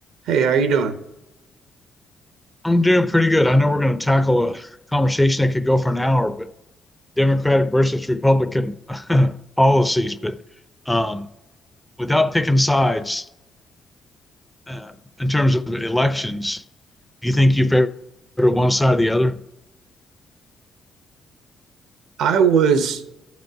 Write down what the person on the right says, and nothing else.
Hey, how you doing?
I was